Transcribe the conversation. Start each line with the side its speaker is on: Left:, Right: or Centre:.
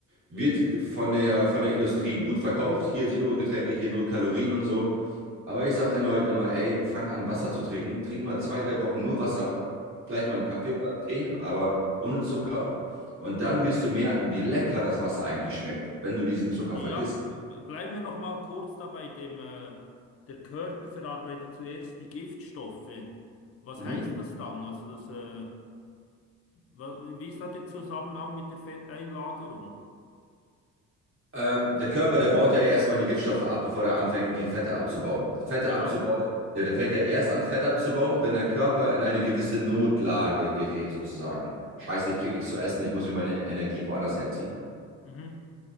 Right: Wird von der, von der Industrie gut verkauft. Hier Zero-Getränke, hier null Kalorien und so.
Left: Mhm.
Right: Aber ich sage den Leuten immer, ey, fangt an, Wasser zu trinken. Trinken mal zwei, drei Wochen nur Wasser. Vielleicht
Left: Mhm.
Right: mal einen Kaffee oder einen Tee, aber ohne Zucker. Und dann wirst du merken, wie lecker das Wasser eigentlich schmeckt, wenn du diesen Zucker
Left: Ja,
Right: vergisst.
Left: b- bleiben wir noch mal kurz da bei dem, äh, der Körper verarbeitet zuerst die Giftstoffe. Was
Right: Mhm.
Left: heißt das dann? Also das, äh, wa- wie ist da der Zusammenhang mit der Fetteinlagerung?
Right: Ähm, der Körper, der baut ja erstmal die Giftstoffe ab, bevor der anfängt, irgendwie Fette abzubauen. Fette
Left: Ja.
Right: abzubauen, der, der fängt ja erst an, Fett abzubauen, wenn der Körper in eine gewisse Notlage gerät, sozusagen. Scheiße, ich krieg nichts zu essen, ich muss mir meine Energie woanders herziehen.
Left: Mhm.